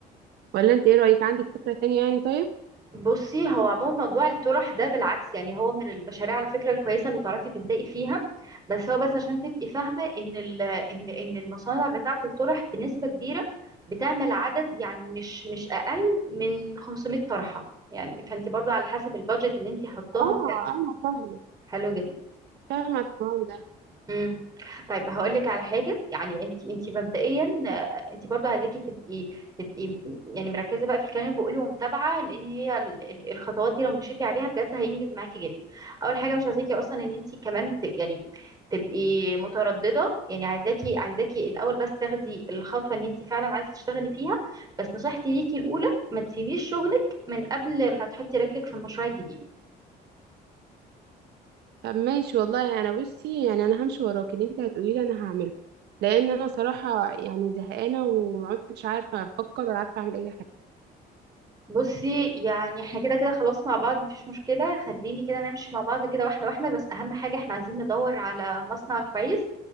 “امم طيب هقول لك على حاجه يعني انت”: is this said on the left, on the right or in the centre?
Right